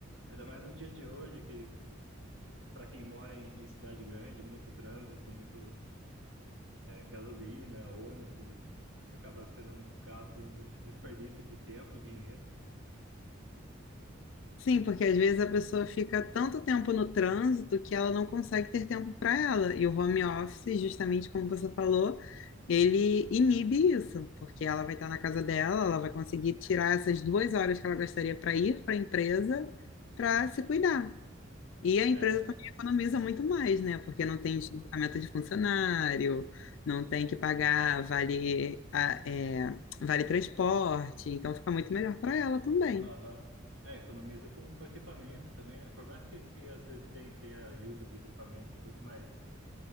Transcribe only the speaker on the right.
Ainda mais no dia de hoje, que para quem mora em, em cidade grande, muito trânsito, muito gasolina, ônibus, acaba sendo um gasto, um des- desperdício de tempo, dinheiro.
É,
aham. É, economiza com, com equipamento também, né? Por mais que, que às vezes tem, tenha ajuda de equipamento e tudo, mas